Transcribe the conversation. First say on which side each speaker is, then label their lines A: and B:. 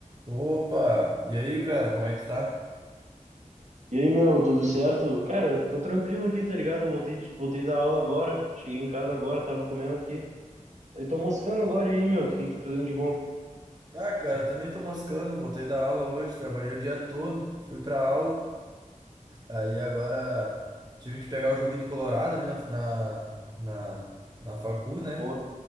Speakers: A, on the right; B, on the right.
A: Opa! E aí, cara, como é que tu tá?
B: E aí, meu, tudo certo? Cara, tô tranquilo aqui, tá ligado? Voltei, de- voltei da aula agora. Cheguei em casa agora, tava comendo aqui. Aí tô moscando agora e aí, meu, o que que tá fazendo de bom?
A: Ah, cara, também tô moscando, voltei da aula hoje, trabalhei o dia todo, fui pra aula, aí agora tive que pegar o joguinho do Colorado ali na, na, na, na facu, né?
B: Porra,